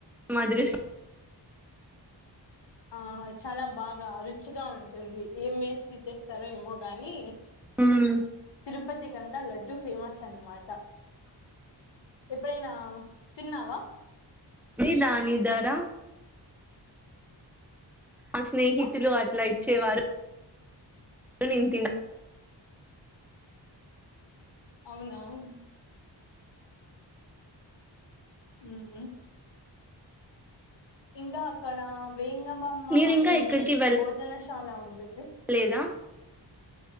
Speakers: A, in the centre; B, on the left.
A: మాధురిసం
B: ఆ చాలా బాగా రుచిగా ఉంటుంది ఏం వేసి చేస్తారో ఏమో గాని
A: హ్మ్.
B: తిరుపతి కడా లడ్డు ఫేమస్ అనమాట ఎప్పుడైనా తిన్నావా
A: నిలా నిద్దరా అసలే <unintelligible>
B: ఆ
A: అట్లా వచ్చేవారు నేను తిన్న
B: అవునా అ హ్మ్ ఉమ్ ఇంకా అక్కడ వేంగబమ్మ
A: మీరింకా
B: అని
A: ఎక్కడికి
B: భోజనశాల ఉంటుంది
A: వెళ్ళలేదా?